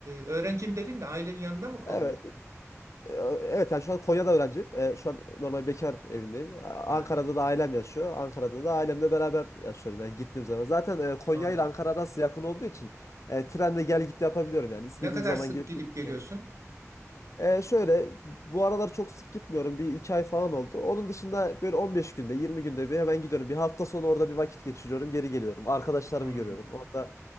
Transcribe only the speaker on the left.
Evet. E, Evet yani şu an Konya'da öğrenciyim. E, şu an normal bekar evindeyim. A-
Ankara'da da ailem yaşıyor. Ankara'da da ailemle beraber yaşıyorum yani gittiğim zaman. Zaten e, Konya
ile Ankara arası yakın olduğu için e, trenle gel git yapabiliyorum yani. İstediğim
zaman
gidip
gelebiliyorum.
E, şöyle bu aralar çok sık gitmiyorum. Bir iki ay falan oldu. Onun dışında böyle 15 günde 20 günde bir hemen gidiyorum. Bir hafta sonu orada bir vakit geçiriyorum. Geri geliyorum. Arkadaşlarımı
görüyorum. Orada